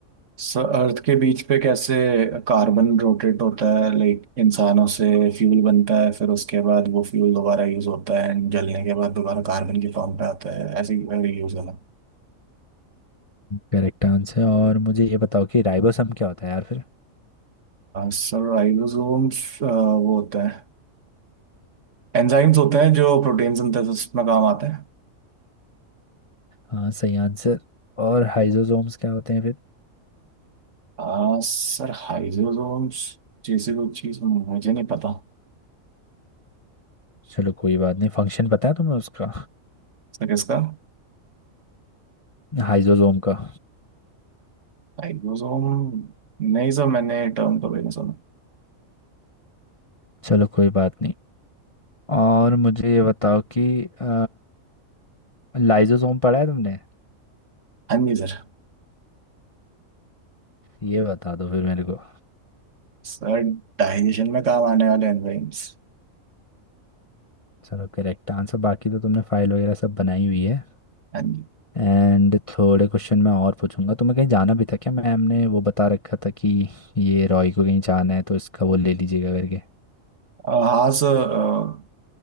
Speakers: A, on the right (about 65°); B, on the left (about 25°).
A: स- अर्थ के बीच पे कैसे कार्बन रोटेट होता है लाइक इंसानों से फ्यूल बनता है फिर उसके बाद वो फ्यूल दोबारा यूज होता है एंड जलने के बाद दोबारा कार्बन के फॉर्म पे आता है ऐसे यूज होना
B: Correct answer और मुझे ये बताओ कि राइबोसम क्या होता है यार फिर
A: सर राइबोसोम्स वो होता है एंजाइम्स होते हैं जो प्रोटीन सिंथेसिस में काम आते हैं
B: हाँ सही आंसर और हाइजोसोम्स क्या होते हैं फिर
A: आ, सर हाइजोसोम्स जैसी कोई चीज मुझे नहीं पता
B: चलो कोई बात नहीं फंक्शन पता है तुम्हें उसका
A: सर किसका
B: हाइजोसोम का
A: हाइजोसोम नहीं सर मैंने टर्म तो नहीं सुना
B: चलो कोई बात नहीं और मुझे ये बताओ कि आ, लाइजोसोम पढ़ा है तुमने
A: हाँ जी सर
B: ये बता दो फिर मेरे को
A: सर डाइजेशन में काम आने वाले एंजाइम्स
B: चलो करेक्ट आंसर बाकी तो तुमने फाइल वगैरह सब बनाई हुई है
A: हाँ जी
B: एंड थोड़े क्वेश्चन मैं और पूछूंगा तुम्हें कहीं जाना भी था क्या मैम ने वो बता रखा था कि ये रॉय को कहीं जाना है तो इसका वो ले लीजिएगा करके
A: आ, हाँ सर